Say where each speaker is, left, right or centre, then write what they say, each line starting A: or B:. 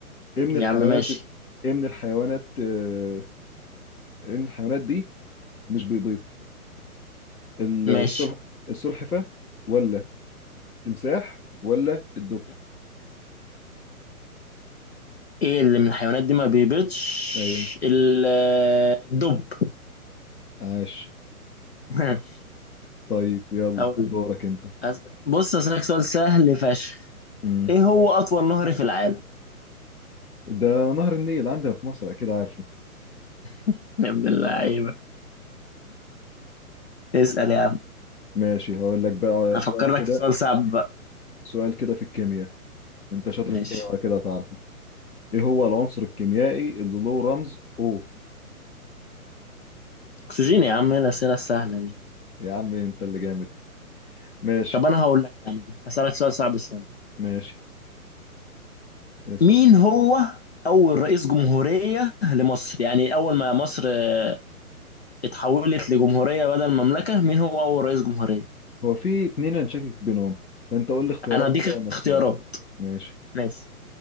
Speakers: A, on the left; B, on the left.
A: ايه من
B: يا
A: الحيوانات
B: عم ماشي
A: ايه من الحيوانات آه، ايه من الحيوانات دي مش بيبيض السلح...
B: ماشي
A: السلحفة ولا التمساح ولا الدب
B: م- ايه اللي من الحيوانات دي ما بيبيضش
A: ايوه
B: ال- الدب
A: عاش
B: <laughs>
A: طيب يلا
B: اقول
A: دورك انت
B: أس- بص اسالك سؤال سهل فشخ
A: امم
B: ايه هو
A: ماشي
B: اطول نهر في العالم
A: ده نهر النيل عندنا في مصر اكيد عارفه
B: <laughs> يا ابن اللعيبه اسال يا عم
A: ماشي هقول لك بقى
B: هفكر
A: سؤال
B: لك
A: كده
B: في سؤال صعب بقى
A: سؤال كده في الكيمياء انت شاطر
B: ماشي
A: في الكيمياء ولا كده هتعرفه ايه هو العنصر الكيميائي اللي له رمز O
B: اكسجين يا عم ايه الاسئله السهله دي
A: يا عم انت اللي جامد ماشي
B: طب انا هقول لك يا عم هسالك سؤال صعب شويه
A: ماشي اسأل
B: مين هو اول رئيس جمهوريه لمصر يعني اول ما مصر آه، اتحولت لجمهوريه بدل مملكه مين هو اول رئيس جمهوريه
A: هو في اتنين انا شاكك بينهم فانت قول لي اختيارات
B: انا اديك
A: كده وانا اختار
B: اختيارات
A: ماشي
B: ماشي